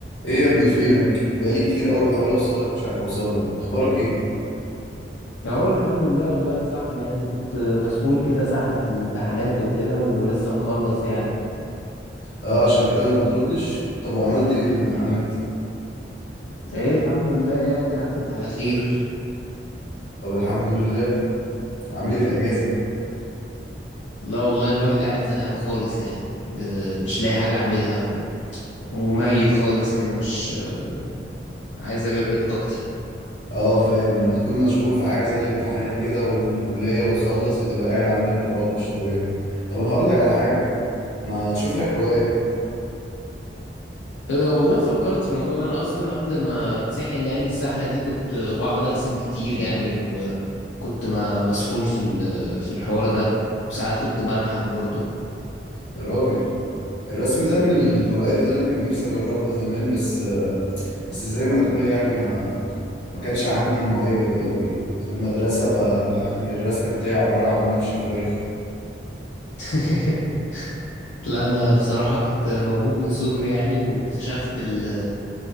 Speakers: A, on the left (about 70°); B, on the left (about 85°).
A: ايه يا ابني فينك بقالي كتير قوي بحاول اوصل لك مش عارف اوصل لك اخبارك ايه
B: اهو الحمد لله والله يا صاحبي يعني كنت مسحول كده سحلة في الامتحانات وكده ولسه مخلص يعني
A: اه عشان كده ما بتردش طب وعملت ايه في الامتحانات
B: ايه الحمد لله يعني عدت على خير
A: طب الحمد لله وعامل ايه في الاجازه
B: لا والله الواحد قاعد زهقان خالص يعني آه، مش لاقي حاجة اعملها و... وميت خالص كده مش آه، عايز اجدد طاقتي
A: اه فاهم لما تكون مشغول في حاجه زي الامتحانات كده والكليه وتخلص بتبقى قاعد عندك فراغ مش طبيعي طب انا هقول لك على حاجه ما تشوف لك هوايه
B: أه والله فكرت في الموضوع ده انا اصلا قبل ما اتسحل يعني السحلة دي كنت آه، بقعد ارسم كتير يعني وكنت ما مسحول في ال- في الحوار ده وساعات كنت بنحت برضه
A: يا راجل الرسم ده من الهوايات اللي انا كان نفسي اجربها زمان بس بس زي ما تقول يعني ما ما كانش عندي الموهبة دي قوي كنت في المدرسة ب... ب... يعني الرسم بتاعي عبارة عن نبش فراخ
B: <laughs> لا انا بصراحه كنت موهوب من صغري يعني واكتشفت ال